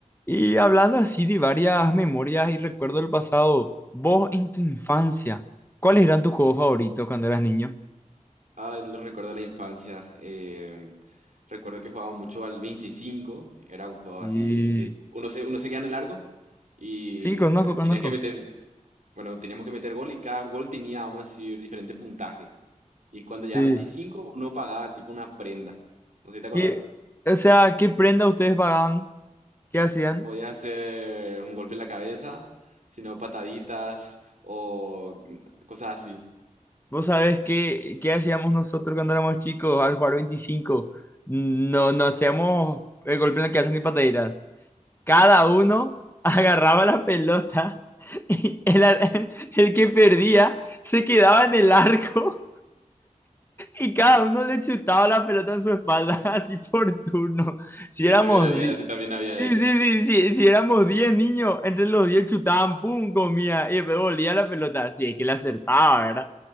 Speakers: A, on the left; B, on the right.
A: Y hablando así de varias memorias y recuerdos del pasado, vos en tu infancia, ¿cuáles eran tus juegos favoritos cuando eras niño?
B: Ah, el recuerdo de la infancia. eh, recuerdo que jugaba mucho al 25. Era un juego
A: Sí,
B: así que uno se, uno se queda en el largo y
A: Sí, conozco,
B: ah, tenía
A: conozco.
B: que meter, bueno, teníamos que meter gol y cada gol tenía, vamos a decir, diferente puntaje. Y cuando llegaba
A: sí,
B: a 25, uno pagaba tipo una prenda. No sé si te acordás.
A: ¿Qué- o sea, ¿qué prenda ustedes pagaban? ¿Qué hacían?
B: Podía ser un golpe en la cabeza, sino pataditas o cosas así.
A: Vos sabés qué, qué hacíamos nosotros cuando éramos chicos al jugar 25. No, no hacíamos el golpe en la cabeza ni pataditas. Cada uno <laughs> agarraba la pelota y el, ar- <laughs> el que perdía se quedaba en el arco Y cada uno le chutaba la pelota en su espalda, <laughs> así por turno. Si
B: Y
A: éramos
B: también había
A: 10.
B: ese, también había
A: Sí,
B: ese.
A: sí, sí, sí, si éramos 10 niños, entre los 10 chutaban, pum, comía, y después volvía la pelota, así es que le acertaba, ¿verdad?